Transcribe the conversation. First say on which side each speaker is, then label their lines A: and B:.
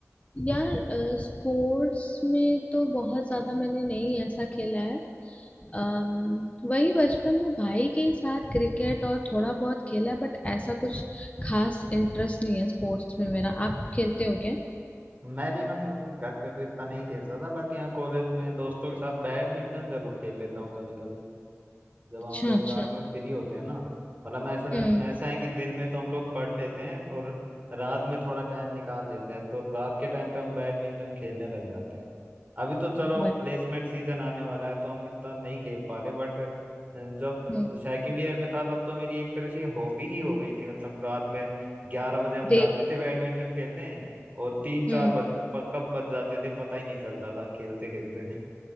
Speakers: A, on the left (about 25°); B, on the right (about 30°).
A: यार स्पोर्ट्स में तो बहुत ज्यादा मैंने नहीं ऐसा खेला है अम्म वही बचपन में भाई के ही साथ क्रिकेट और थोड़ा बहुत खेला है बट ऐसा कुछ खास इंटरेस्ट नहीं है स्पोर्ट्स में मेरा आप खेलते हो क्या
B: मैं भी मतलब घर पे तो इतना नहीं खेलता था बट यहाँ कॉलेज में दोस्तों के साथ बैडमिंटन जरूर खेल लेता हूँ कभी कभी। जब
A: अच्छा
B: हम लोग
A: अच्छा
B: रात में फ्री होते हैं ना मतलब ऐसा
A: हम्म
B: ऐसा है कि दिन में तो हम लोग पढ़ लेते हैं और रात में थोड़ा टाइम निकाल लेते हैं तो रात के टाइम पे हम बैडमिंटन खेलने लग जाते हैं अभी तो चलो
A: बट
B: प्लेसमेंट सीजन आने वाला है तो हम इतना नहीं खेल पा रहे बट जब
A: हम्म
B: सेकंड ईयर में था तब तो मेरी एक तरह से हॉबी ही हो गई थी मतलब रात में ग्यारह बजे हम
A: देख
B: जाते थे बैडमिंटन खेलने और तीन चार
A: हम्म।
B: बज प- कब बज जाते थे पता ही नहीं चलता था खेलते खेलते